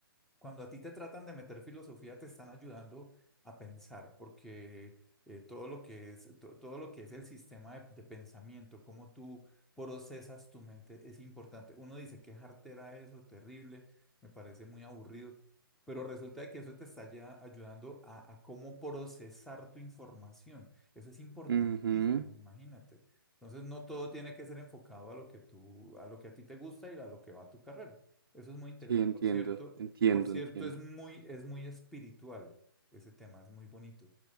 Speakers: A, in the centre; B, on the right (about 70°).
A: cuando a ti te tratan de meter filosofía, te están ayudando a pensar, porque eh, todo lo que es, to- todo lo que es el sistema de, de pensamiento, cómo tú procesas tu mente, es importante. Uno dice, qué jartera eso, terrible, me parece muy aburrido, pero resulta de que eso te está ya ayudando a, a cómo procesar tu información. Eso es importantísimo,
B: Ujú,
A: imagínate. Entonces, no todo tiene que ser enfocado a lo que tú, a lo que a ti te gusta y a lo que va a tu carrera. Eso es muy integral,
B: Sí, entiendo,
A: por cierto.
B: entiendo,
A: Por cierto,
B: entiendo.
A: es muy, es muy espiritual ese tema, es muy bonito.